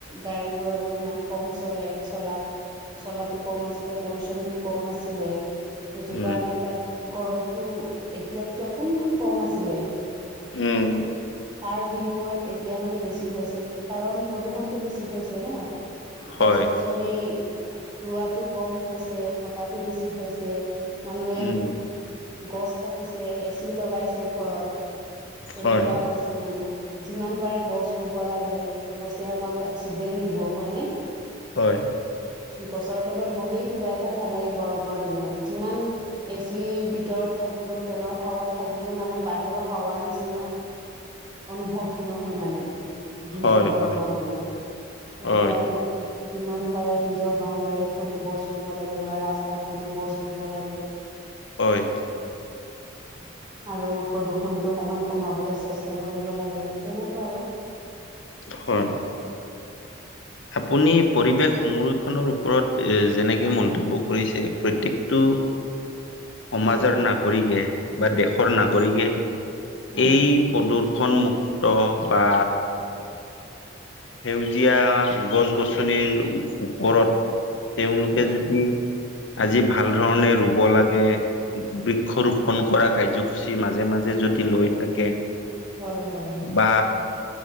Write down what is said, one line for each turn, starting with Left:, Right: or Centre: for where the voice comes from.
Right: গাড়ী ঘুৰা বোৰ ইমান। কম চলে চলা চলাটো কম আছিলে পলুচনটো কম আছিলে। সেইটো
Left: উম,
Right: কাৰণে তাত গৰমটো এতিয়াতকে অকনমান কম আছিলে।
Left: উম,
Right: তাৰ বিনিময়ত এতিয়া মানে বেছি হৈছে কাৰণ প্ৰদূ্ষণটো বেছি হৈছে ন।
Left: হয়।
Right: গছ গছনি ৰোৱাটো কম হৈছে কটা টো বেছি হৈছে। মানুহে
Left: উম,
Right: গছ কাটিছে এচি লগাইছে ঘৰত। তেনেকুৱা
Left: হয়,
Right: হৈছে মানে। যিমান পাৰে গছ ৰুব লাগে গছে আমাক অক্সিজেন দিব হয় নে
Left: হয়।
Right: গছৰ তলত বহিয়ে কিবা এটা ভাল লাগে গৰমৰ দিনত যিমান এচি ভিতৰত। থাকিলেও ফেনৰ হাৱাত থাকিলেও মানে বাহিৰৰ হাৱাৰ নিচিনা। অনুভৱটো নহয় মানে যিহেতু
Left: হয়,
Right: গৰমৰ
Left: হয়,
Right: দিনত সেইটো
Left: হয়,
Right: কাৰণে। যিমান পাৰে নিজৰ বাউণ্ডাৰীত হলো গছ ৰুব লাগে বা ৰাস্তাত হলো গছ ৰুব লাগে।
Left: হয়।
Right: <unintelligible> আৰু প্ৰদূষণটো অকমান কমাবলে চেষ্টা কৰিব লাগে তেনেকুৱা আৰু।
Left: হয়। আপুনি পৰিৱেশ সংৰক্ষণৰ ওপৰত এ যেনেকে মন্তব্য কৰিছে প্ৰত্যেকটো।
Right: <unintelligible>
Left: সমাজৰ
Right: হয়
Left: নাগৰিকে বা দেশৰ নাগৰিকে।
Right: হয়
Left: এই প্ৰদূ্ৰষন মুুক্ত বা। সেউজীয়া গছ গছনিৰ ওপৰত তেওঁলোকে যদি। আজি ভাল ধৰণে ৰুব লাগে বৃক্ষৰূপ পন কৰা কাৰ্যসূচী মাজে মাজে যদি লৈ থাকে।
Right: হয় হয় হয়।
Left: বা